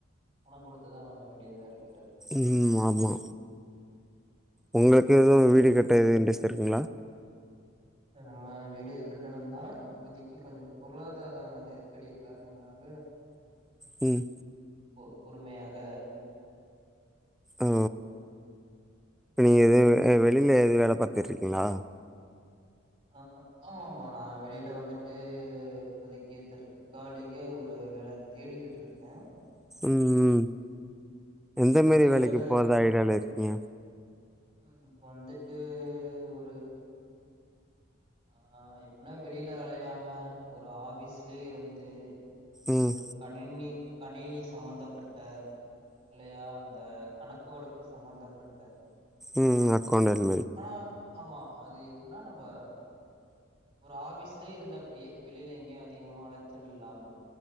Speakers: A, on the right; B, in the centre.
A: பணோ குடுத்துதா வாங்க வேண்டியதா இருக்கு
B: ம் ஆமா உங்களுக்கு எது வீடு கட்ட எதுவு இண்ரெஸ்ட் இருக்குங்களா
A: இத் நம்ம வீடு கட்டணும் தா இப்போதிக்கு கொஞ்சோ பொருளாதார நெருக்கடி கார்ணமாக
B: ம்
A: போ பொறுமையாக
B: ஓ ப்ப நீங்க வேவ் வே வெளில எது வேல பாத்துட்ருக்கீங்ளா
A: ஆ ஆமா ஆமா நா வெளில வந்துட்டு இப்போதிக்கு தற் காலிக ஒரு வேல தேடிகிட்ருக்கே
B: ம்ம் எந்த மேரி
A: அந்த
B: வேலைக்கு
A: வேல
B: போறதா ஐடியால இருக்கீங்க
A: ம் இப்ப வந்துட்டு ஒரு ஆ எப்பிட்ன்னா வெளில அலையாம ஒரு ஆஃபீஸ்லே இருந்து
B: ம்
A: ஒரு கணினி கணினி சம்பந்தப்பட்ட இல்லையா அந்த கணக்கு வழக்கு சம்பந்தப்பட்ட
B: ம் அக்கௌண்டன்ட்
A: அ
B: மாரி
A: ஆனா ஆமா அது எப்பிட்ன்னா நம்ப ஒரு ஆஃபீஸ்லே இருந்து அப்பிடியே வெளில எங்கயு அதிகமா அலச்சல் இல்லாம